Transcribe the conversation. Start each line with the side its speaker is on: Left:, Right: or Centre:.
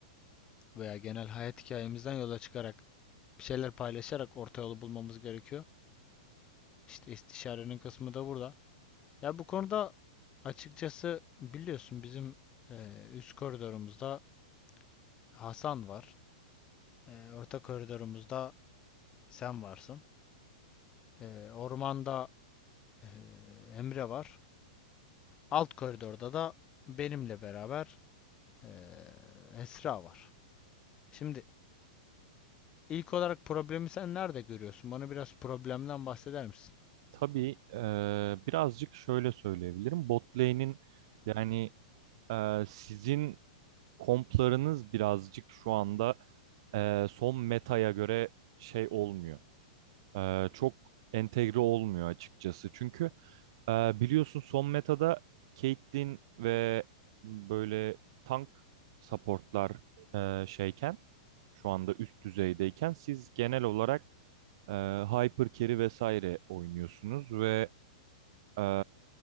Left: veya genel hayat hikayemizden yola çıkarak bir şeyler paylaşarak orta yolu bulmamız gerekiyor. İşte istişarenin kısmı da burada. Ya bu konuda açıkçası biliyorsun bizim e, üst koridorumuzda Hasan var. E, orta koridorumuzda sen varsın. E, ormanda e, Emre var. Alt koridorda da benimle beraber e, Esra var. Şimdi İlk olarak problemi sen nerede görüyorsun? Bana biraz problemden bahseder misin?
Right: Tabii e, birazcık şöyle söyleyebilirim. Bot lane'in yani e, sizin komplarınız birazcık şu anda e, son metaya göre şey olmuyor. e, çok entegre olmuyor açıkçası. Çünkü e, biliyorsun son metada Caitlyn ve böyle tank supportlar e, şeyken şu anda üst düzeydeyken siz genel olarak e, hyper carry vesaire oynuyorsunuz ve e,